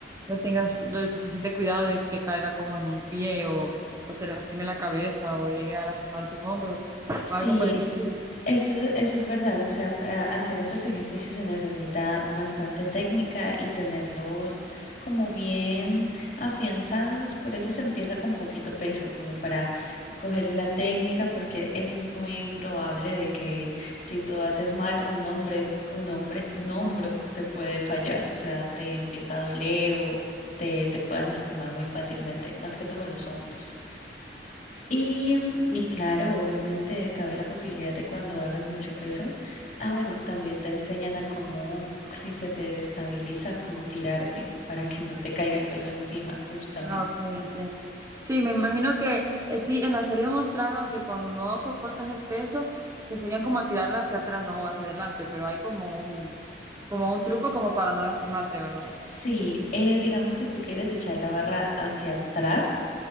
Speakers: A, on the right (about 20°); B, on the left (about 50°).
A: no tengas lo suficiente cuidado y te caiga como en un pie o, o te lastime la cabeza o llegue a lastimarte un hombro o
B: Sí,
A: algo por el estilo.
B: Eso, eso es verdad, o sea, para hacer esos ejercicios se necesita bastante técnica y tenerlos como bien afianzados, por eso se empieza con poquito peso, como para cogerle la técnica, porque eso es muy probable de que si tú haces mal, un hombre, un hombre, un hombro te puede fallar, o sea, te empieza a doler o te, te puedas lastimar muy fácilmente, más que todo los hombros. Y,
A: Sí,
B: y claro, obviamente cabe la posibilidad de cuando hagas mucho peso. Ah, bueno, también te enseñan a cómo, si se te destabiliza, cómo tirarte para que no te caiga el peso encima, justamente.
A: ah, ok, entiendo. Sí, me imagino que eh, sí, en la serie mostraron que cuando no soportas el peso, te enseñan como a tirarla hacia atrás, no hacia adelante, pero hay como un, como un truco como para no lastimarte, ¿verdad?
B: Sí, eh, digamos si tú quieres echar la barra hacia atrás,